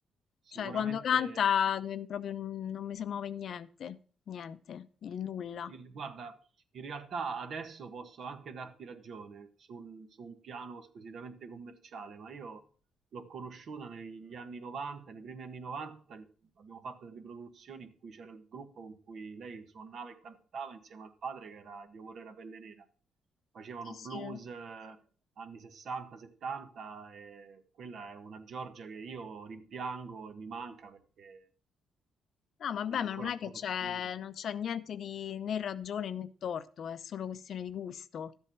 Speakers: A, on the right; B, on the left.
A: sicuramente
B: Cioè, quando canta eh, proprio non mi si muove niente, niente, il nulla.
A: il- guarda, in realtà adesso posso anche darti ragione sul- su un piano squisitamente commerciale, ma io l'ho conosciuta negli anni 90, nei primi anni 90 abbiamo fatto delle produzioni in cui c'era il gruppo con cui lei suonava e cantava insieme al padre che era Dio Vorrei Pelle Nera. Facevano
B: Sì, sì,
A: blues eh, anni 60, 70 e quella è una Giorgia che io rimpiango e mi manca perché
B: No, vabbè,
A: era
B: ma
A: ancora
B: non è
A: sconosciuta,
B: che c'è non c'è niente di né ragione né torto, è solo questione di gusto.